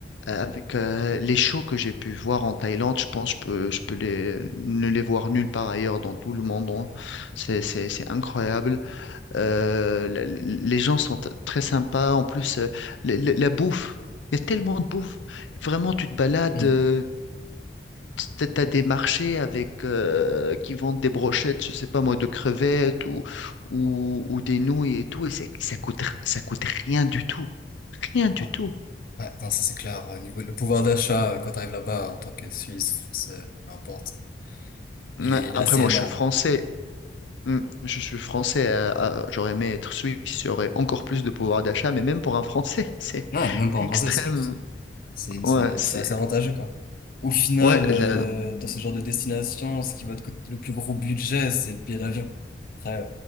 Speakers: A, on the left; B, on the left.
A: Euh, Avec euh, les shows que j'ai pu voir en Thaïlande, je pense que je peux, je peux les, ne les voir nulle part ailleurs dans tout le monde. hein. C'est, c'est, c'est incroyable. Euh, la- la- les gens sont t- très sympas. En plus, euh, la, la- la bouffe, il y a tellement de bouffe. Vraiment, tu te balades,
B: Mm.
A: euh, t- t'as des marchés avec, euh, qui vendent des brochettes, je sais pas moi, de crevettes ou, ou, ou des nouilles et tout. Et c'est- ça coûte, r- ça coûte rien du tout. Rien du
B: Ah,
A: tout.
B: Ouais, non, ça c'est clair. Au niveau, le pouvoir d'achat, euh, quand t'arrives là-bas en tant que Suisse, Français, peu importe,
A: Ouais,
B: il est,
A: Après,
B: il est assez
A: moi,
B: énorme,
A: je suis français.
B: ouais.
A: Mm, Je suis français. euh, euh, j'aurais aimé être suisse. J'aurais encore plus de pouvoir d'achat. Mais même pour un Français, <laughs> c'est
B: Ouais, même pas en
A: extrême.
B: français, c'est juste. C'est,
A: Ouais,
B: c'est,
A: c'est.
B: c'est assez avantageux, quoi. Au final,
A: Ouais,
B: euh,
A: la-
B: dans ce genre de destination, ce qui va te coûter le plus gros budget, c'est le billet d'avion. Après,